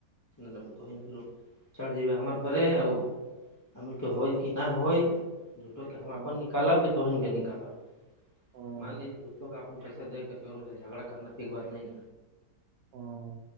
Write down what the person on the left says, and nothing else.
ل ب تو پھر چاڑ جیے ہمار پ آ ہملک ہو کہ نہ ہو جھوٹو کے ہم
اپ نکالب کہ توہین کے نکالب
مان لیجے جھٹوں کا اپ پیسہ دے سے جھگڑا کرنا ٹھک بات نہیں